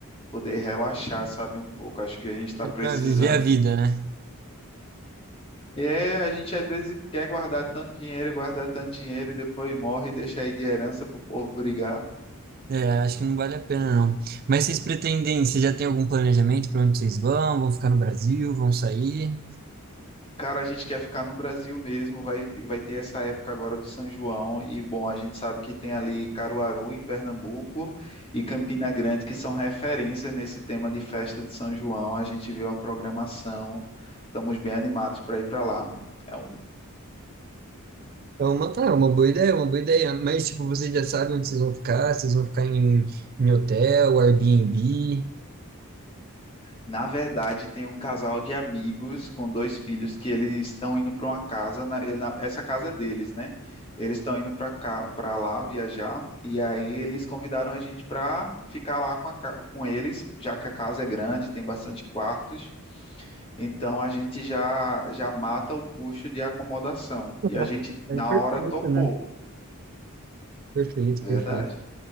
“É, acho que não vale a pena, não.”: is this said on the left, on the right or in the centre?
Right